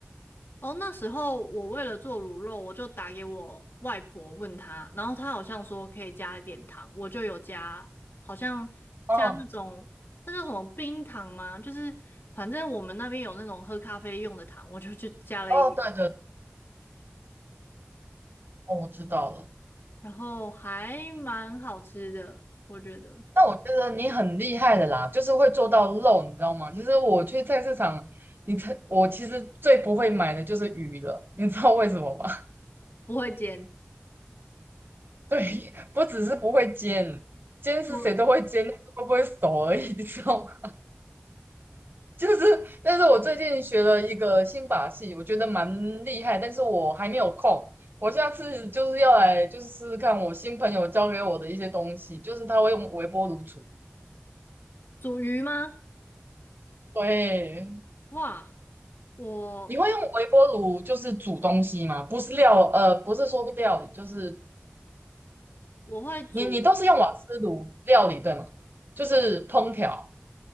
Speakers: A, on the left; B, on the right.
A: 哦，那时候我为了做卤肉，我就打给我外婆问她，然后她好像说可以加一点糖，我就有加，好像加那种那叫什么冰糖吗？
B: 嗯，
A: 就是反正我们那边有那种喝咖啡用的糖，我就去 <laughs> 加了一点，
B: 哦，对对，哦，我知道了。
A: 然后还蛮好吃的，我觉得
B: 那我觉得你很厉害的啦，就是会做到肉，你知道吗？就是我去菜市场，你才我其实最不会买的就是鱼了，你知道为什么吗？
A: 不会煎。
B: <laughs> 对，不只是不会煎，煎是谁都会煎，
A: 我
B: 但是会不会熟而已，你知道吗？就是但是我最近学了一个新把戏，我觉得蛮厉害，但是我还没有空。我下次就是要来，就是试试看我新朋友教给我的一些东西，就是他会用微波炉煮。
A: 煮鱼吗？
B: 对，
A: 哇，我
B: 你会用微波炉就是煮东西吗？不是料，呃，不是说料理，就是
A: 我会煮，
B: 你你都是用瓦斯炉料理对吗？就是烹调